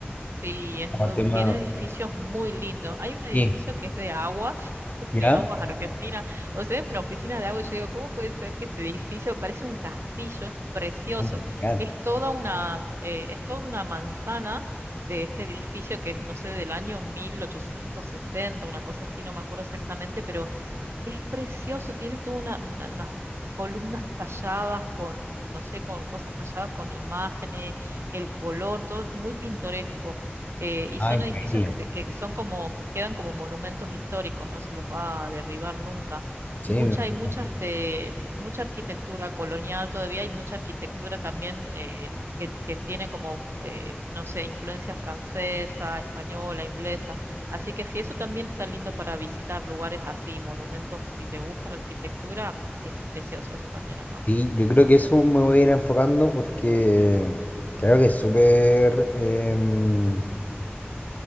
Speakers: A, on the right; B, on the left.
A: Sí, es
B: Como
A: muy,
B: tema...
A: bu- tiene edificios muy lindos. Hay un edificio
B: Sí,
A: que es de aguas, <laughs>
B: ¿ya?
A: de aguas Argentina. O sea, es una oficina de agua y yo digo, ¿cómo puede ser que este edificio parece un castillo? Es precioso.
B: Oh my God.
A: Es toda una, eh, es toda una manzana de este edificio que es, no sé, del año 1860, una cosa así, no me acuerdo exactamente, pero es precioso, tiene toda una, una- unas columnas talladas con, no sé, con cosas talladas con imágenes, el color, todo es muy pintoresco. Eh, y
B: Ah,
A: son
B: increíble.
A: edificios que, se- que son como, quedan como monumentos históricos, no se los va a derribar nunca.
B: Sí,
A: Mucha,
B: me imagino.
A: hay mucha, este, mucha arquitectura colonial todavía, hay mucha arquitectura también eh, que, que tiene como, eh, no sé, influencia francesa, española, inglesa. Así que sí, eso también está lindo para visitar lugares así, monumentos, si te gusta la arquitectura, es precioso eso también acá.
B: Sí, yo creo que eso me voy a ir enfocando porque creo que es súper... em,